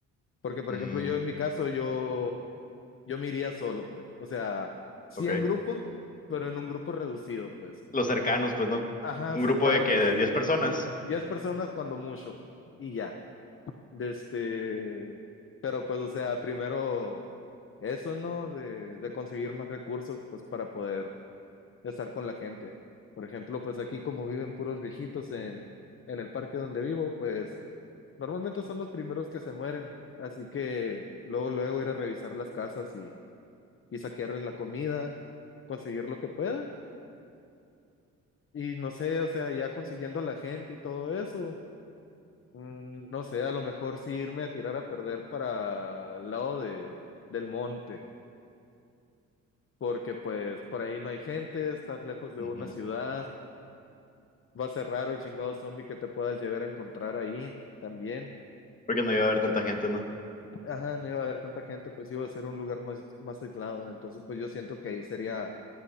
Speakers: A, on the left; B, on the left.
A: Porque, por
B: Mm,
A: ejemplo, yo en mi caso, yo, yo me iría solo, pues. O sea, sí
B: ok.
A: en grupo, pero en un grupo reducido, pues.
B: Los cercanos, pues no.
A: Ajá,
B: Un
A: cercanos
B: grupo de que
A: así.
B: de 10 personas.
A: Diez personas cuando mucho. Y ya. De Este, pero pues, o sea, primero eso, ¿no? De, de conseguir más recursos, pues, para poder de estar con la gente. Por ejemplo, pues aquí como viven puros viejitos en, en el parque donde vivo, pues normalmente son los primeros que se mueren. Así que luego, luego ir a revisar las casas y, y saquearles la comida, conseguir lo que pueda. Y no sé, o sea, ya consiguiendo a la gente y todo eso, mm, no sé, a lo mejor sí irme a tirar a perder para el lado del del monte, porque pues por ahí no hay gente, estás lejos de
B: Ujú.
A: una ciudad Va a ser raro el chingado zombie que te puedas llegar a encontrar ahí también.
B: Porque no iba a haber tanta gente, ¿no?
A: Ajá, no iba a haber tanta gente, pues iba a ser un lugar más, más aislado. Entonces, pues yo siento que ahí sería